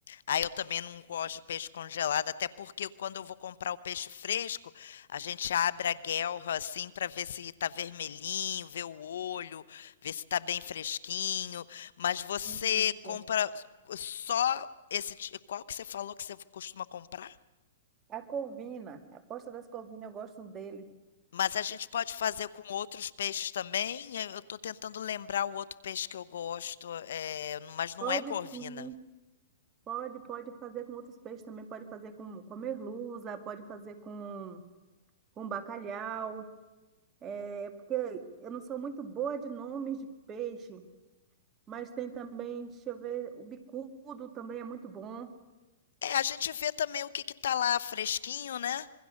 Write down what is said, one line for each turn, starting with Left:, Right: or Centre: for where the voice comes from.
Left: Aí eu também não gosto de peixe congelado, até porque quando eu vou comprar o peixe fresco, a gente abre a guelra assim para ver se tá vermelhinho, ver o olho, ver se tá bem fresquinho. Mas você
Right: Isso.
Left: compra só esse, ti- qual que você falou que você costuma comprar?
Right: A corvina, a posta das corvinas, eu gosto dele
Left: Mas a gente pode fazer com outros peixes também. Eu estou tentando lembrar o outro peixe que eu gosto, é, mas não
Right: Pode
Left: é corvina.
Right: sim, pode, pode fazer com outros peixes também, pode fazer com, com merluza, pode fazer com, com bacalhau, é, porque eu não sou muito boa de nomes de peixe, mas tem também, deixa eu ver, o bicudo também é muito bom.
Left: É, a gente vê também o que que tá lá fresquinho, né?